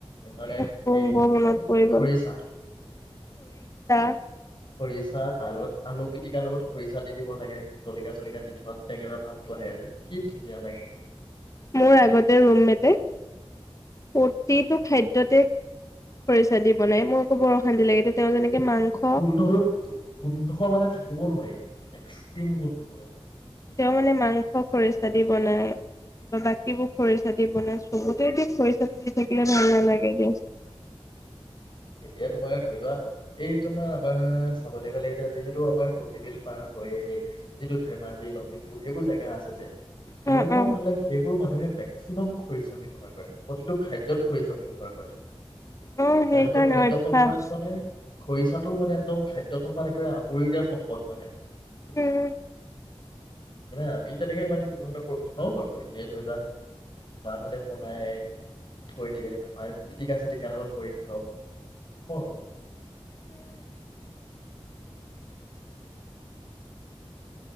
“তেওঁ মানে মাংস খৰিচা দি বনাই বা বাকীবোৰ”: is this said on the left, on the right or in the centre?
Left